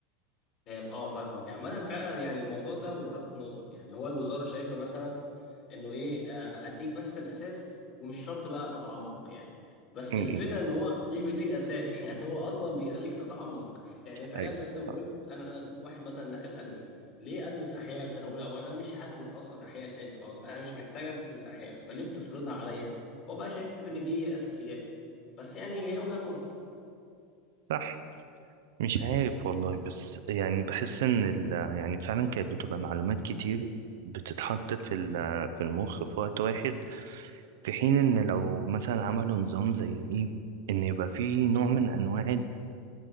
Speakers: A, on the left (about 55°); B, on the right (about 70°).
A: هي ف- اه فاهمك عامة فعلا يعني الموضوع ده وجهات نظر يعني هو الوزارة شايفة مثلا انه ايه آه، اديك بس الاساس ومش شرط بقى تتعمق يعني بس
B: م-
A: الفكرة
B: م.
A: ان هو مش بيديك اساس <laughs> يعني هو اصلا بيخليك تتعمق يعني فعلا
B: ايوه
A: زي انت ما قلت
B: صح
A: انا واحد مثلا داخل ادبي ليه ادرس احياء في سنة اولى وانا مش هدرس اصلا احياء تاني خلاص انا مش محتاج ادرس احياء فليه بتفرضها عليا هو بقى شايف ان دي اساسيات بس يعني هي وجهات نظر
B: صح مش عارف والله بس يعني بحس ان ال يعني فعلا كانت بتبقى معلومات كتير بتتحط في ال- في المخ في وقت واحد في حين ان لو مثلا عملوا نظام زي ايه ان يبقى فيه نوع من انواع